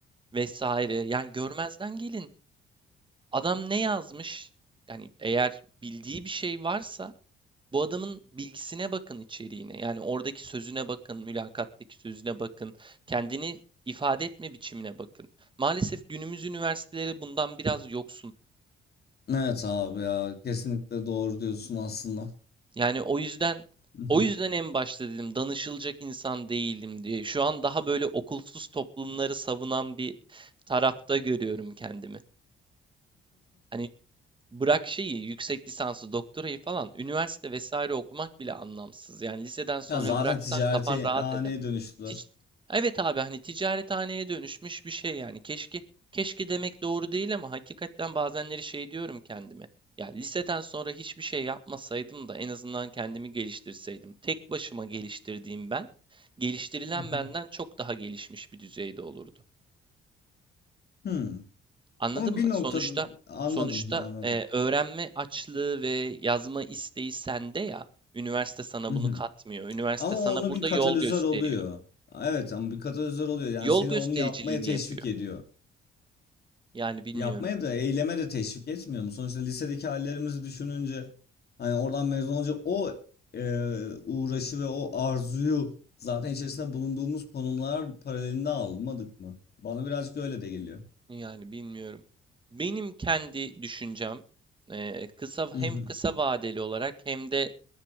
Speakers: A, on the right; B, on the left.
A: vesaire. Yani görmezden gelin. Adam ne yazmış? Yani eğer bildiği bir şey varsa bu adamın bilgisine bakın içeriğine. Yani oradaki sözüne bakın, mülakattaki sözüne bakın. Kendini ifade etme biçimine bakın. Maalesef günümüz üniversiteleri bundan biraz yoksun.
B: Evet abi ya kesinlikle doğru diyorsun aslında.
A: Yani o yüzden
B: <laughs>
A: o yüzden en başta dedim danışılacak insan değilim diye. Şu an daha böyle okulsuz toplumları savunan bir tarafta görüyorum kendimi. Hani bırak şeyi, yüksek lisansı, doktorayı falan, üniversite vesaire okumak bile anlamsız. Yani liseden sonra
B: Ya zaten
A: bıraksan
B: ticarete
A: kafan rahat
B: haneye
A: eder.
B: dönüştüler.
A: Tic- Evet abi hani ticarethaneye dönüşmüş bir şey yani. Keşke keşke demek doğru değil ama hakikaten bazenleri şey diyorum kendime. Ya liseden sonra hiçbir şey yapmasaydım da en azından kendimi geliştirseydim. Tek başıma geliştirdiğim ben, geliştirilen
B: <laughs>
A: benden çok daha gelişmiş bir düzeyde olurdu.
B: Hmm.
A: Anladın
B: Ama
A: mı?
B: bir noktada
A: Sonuçta
B: anladım
A: sonuçta
B: anladım.
A: e,
B: <laughs>
A: öğrenme açlığı ve yazma isteği sende ya. Üniversite sana
B: Mhm.
A: bunu katmıyor. Üniversite
B: Ama
A: sana
B: onu
A: burada
B: bir katalizör
A: yol gösteriyor.
B: oluyor. Evet ama bir katalizör oluyor yani
A: Yol
B: seni
A: göstericiliğini
B: onu yapmaya teşvik
A: yapıyor.
B: ediyor.
A: Yani bilmiyorum.
B: Yapmaya da eyleme de teşvik etmiyor mu? Sonuçta lisedeki hallerimizi düşününce hani oradan mezun olunca o e, uğraşı ve o arzuyu zaten içerisinde bulunduğumuz konumlar paralelinde almadık mı? Bana birazcık öyle de geliyor.
A: Yani bilmiyorum. Benim kendi düşüncem eee, kısa
B: <laughs>
A: hem kısa vadeli olarak hem de